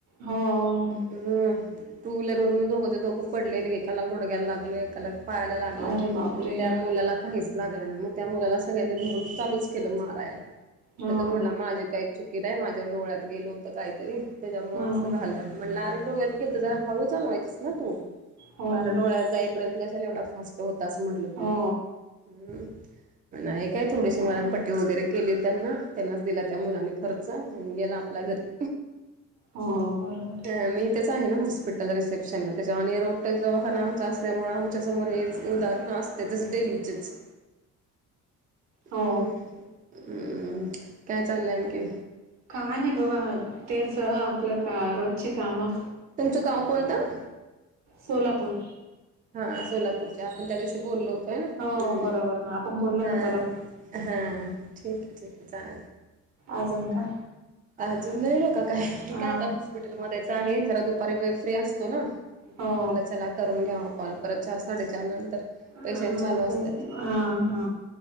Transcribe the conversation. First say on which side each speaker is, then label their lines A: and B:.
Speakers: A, on the right; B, on the right.
A: हां.
B: तर मग टू व्हहीलर वरून दोघंचे दोघं पडलेले एकाला गुडग्याला लागलंय एकाला पायाला लागलं
A: अरे बापरे
B: आणि त्या मुलाला काहीच लागलं नाही म त्या मुलाला सगळ्यांनी धरून चालूच केलं मारायला
A: हा
B: तर तो म्हटला माझे काही चूक कित आहे माझ्या डोळ्यात गेलोत काहीतरी त्याच्यामुळे
A: हा
B: असं झाल्या. म्हणलं अरे गोव्याला गेलते जरा हळू चालवायचीस ना तू.
A: हो
B: पारा
A: ना
B: डोळ्याजाईत पर्यंत कशाला एवढा फास्ट होता असं म्हटल
A: हो
B: तु. हम्म नाय काय थोडीशी मरमपट्टी वगैरे केली त्यांना त्यांनाच दिला त्या मुलानी खर्च आणि गेला आपल्या घरी.
A: हो बरोबर आहे
B: अ मी इथच आहे ना हॉस्पिटल रिसेप्शनला त्याच्या आणि हे रोड एकटं दवाखाना आमचा असल्यामुळे आमच्या समोर हेच उदाहरण असतेच डेलीचेच.
A: हो
B: उम्म उम्म काय चाललंय आणखी?
A: का हा नाही बबा तेच आपलं का रोजची कामं.
B: तुमचं गाव कोणतं?
A: सोलापूर
B: हा सोलापूरचे आपण त्या दिवशी बोललो होतो आहे ना
A: हो
B: हम्म
A: बरोबर ना आपण बोललो
B: हा.
A: ना परत
B: हा ठीक आहे ठीक आहे चालेल.
A: आजून का?
B: अजून नाही आहे का काय
A: अ
B: काय आता हॉस्पिटलमध्येच आहे जरा दुपारी वेळ फ्री असतो ना मग
A: हो
B: म्हटलं चला करून घ्यावा कॉल परत चार साडेचार नंतर
A: ह
B: पेशंट
A: हा
B: चालू असतात.
A: तेच ना हा हा.